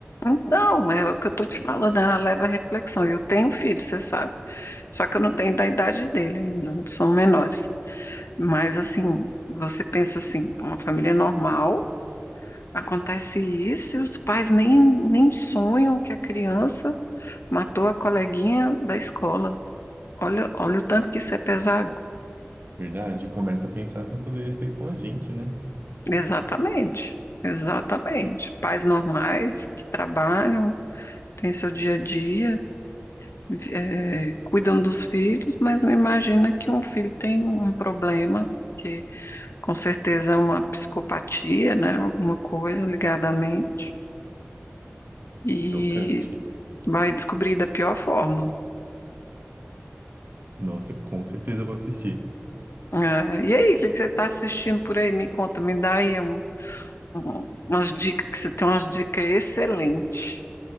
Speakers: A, on the left (about 85°); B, on the right (about 55°).
A: Então, é o que eu tô te falando, ela leva à reflexão. Eu tenho filho, você sabe. Só que eu não tenho da idade dele ainda, são menores. Mas assim, você pensa assim, uma família normal, acontece isso e os pais nem, nem sonham que a criança matou a coleguinha da escola. Olha, olha o tanto que isso é pesado.
B: Verdade, começa a pensar se não poderia ser com a gente, né?
A: Exatamente, exatamente. Pais normais que trabalham, têm seu dia a dia, vi- eh, cuidam dos filhos, mas não imagina que um filho tem um problema, que com certeza é uma psicopatia, né? Alguma coisa ligada à mente, e
B: Chocante.
A: vai descobrir da pior forma.
B: Nossa, eu com certeza vou assistir.
A: Eh, e aí, o que que você está assistindo por aí? Me conta, me dá aí um- um- umas dicas, que você tem umas dicas excelentes.